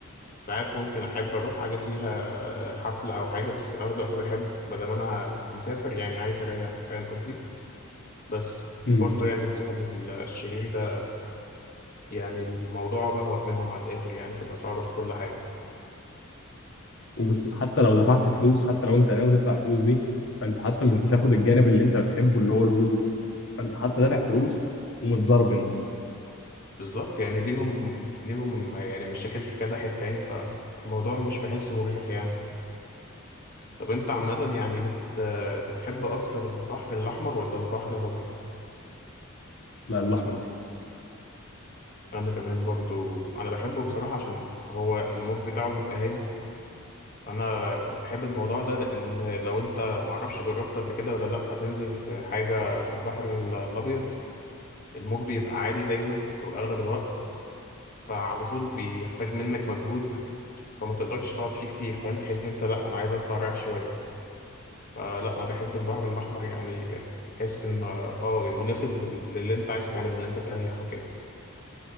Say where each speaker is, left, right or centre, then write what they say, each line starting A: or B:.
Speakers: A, on the left; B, on the left.
A: ساعات ممكن احب اروح حاجه فيها حفله او حاجه بس اغلب الوقت بحب ما دام انا مسافر يعني عايز اريح فاهم قصدي بس
B: امم
A: برضه يعني الساحل الشرير ده يعني الموضوع بهوأ منهم على الاخر يعني في الاسعار وفي كل حاجه
B: وحتى لو دفعت فلوس حتى لو أنت ناوي تدفع فلوس دي فأنت حتى مش بتاخد الجانب اللي أنت بتحبه اللي هو الهدوء فأنت حتى دافع فلوس ومتزربن
A: بالظبط يعني ليهم ليهم يعني مشاكل في كذا حتة يعني فالموضوع مش بحسه مريح يعني طب انت عامة يعني بت بتحب اكتر البحر الاحمر ولا البحر الابيض
B: لا الأحمر
A: انا كمان برضو انا بحبه بصراحة عشان هو الموج بتاعه بيبقى هادي فانا بحب الموضوع ده لان لو انت معرفش جربت قبل كده ولا لا تنزل في حاجة في البحر ال- الابيض الموج بيبقى عالي دايما او اغلب الوقت فعلى طول بيحتاج منك مجهود فما تقدرش تقعد فيه كتير فاهم تحس ان انت لا انا عايز اطلع رايح شويه فلا انا بحب البحر الاحمر يعني تحس ان اه مناسب لل- للي انت عايز تعمله ان انت تريح وكده